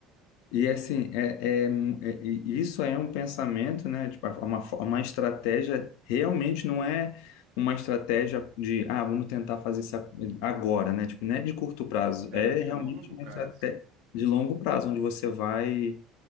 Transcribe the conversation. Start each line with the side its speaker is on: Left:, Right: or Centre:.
Left: E assim, é, é, é- e isso é um pensamento, né? Tipo, é uma, fo- é uma estratégia realmente não é uma estratégia de, ah, vamos tentar fazer isso a- agora, né? Tipo, não é de curto prazo,
Right: é,
Left: é
Right: de
Left: realmente
Right: longo
Left: uma
Right: prazo.
Left: estratégia de longo prazo, onde você vai